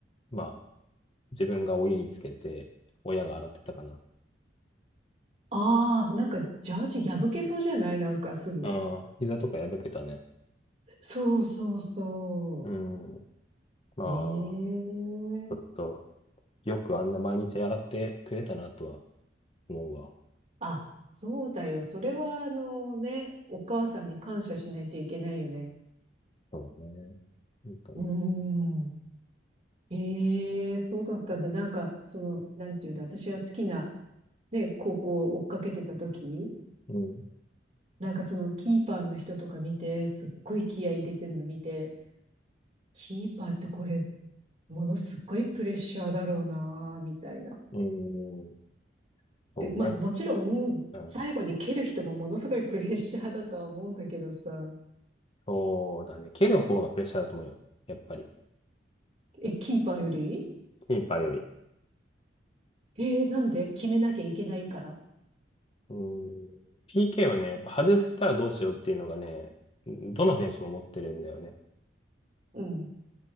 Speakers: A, on the left (about 30°); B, on the right (about 40°).
A: まあ、自分がお湯につけて、親が洗ってたかな。
B: ああ、なんかジャージ破けそうじゃないなんかすぐ。
A: ああ、膝とか破けたね。
B: そうそうそ
A: うん。まあ、
B: う。
A: ちょ
B: ええ
A: っと、よくあんな毎日洗ってくれたなとは思うわ。
B: あ、そうだよ。それはあのね、お母さんに感謝しないといけないよね。
A: そうだね。本当に。
B: うーん。ええそうだったんだ。なんか、その、なんていうんだ、私は好きなね、高校を追っかけてた時、
A: うん。
B: なんかそのキーパーの人とか見て、すっごい気合い入れてんの見て、キーパーってこれ、ものすっごいプレッシャーだろうな、みたいな。
A: うん。そうね。
B: で、まあもちろん、
A: うん。
B: 最後に蹴る人もものすごいプレッシャーだとは思うんだけどさ、
A: そうだね。蹴る方がプレッシャーだと思うよ。やっぱり。
B: え、キーパーより
A: キーパーより。
B: えーなんで決めなきゃいけないから
A: うん。PK はね、やっぱ外したらどうしようっていうのがね、どの選手も持ってるんだよね。
B: うん、